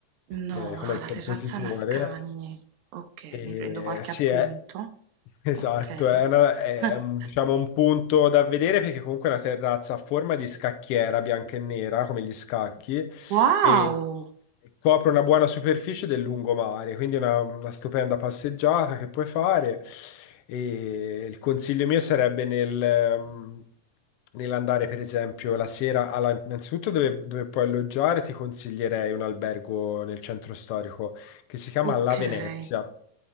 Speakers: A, on the right; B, on the left.
A: No,
B: eh, come
A: ah,
B: il compositore.
A: la terrazza Mascagni. Okay,
B: E,
A: mi prendo qualche
B: sì,
A: appunto.
B: è, <laughs> Esatto,
A: Okay.
B: è, una- è
A: <laughs>
B: un, diciamo un punto da vedere perché comunque è una terrazza a forma di scacchiera bianca e nera, come gli scacchi,
A: Wow!
B: e copre una buona superficie del lungomare, quindi una, una stupenda passeggiata che puoi fare. E il consiglio mio sarebbe nel, ehm, nell'andare, per esempio, la sera, alla- innanzitutto dove, dove puoi alloggiare, ti consiglierei un albergo nel centro storico che si chiama
A: Okay.
B: La Venezia.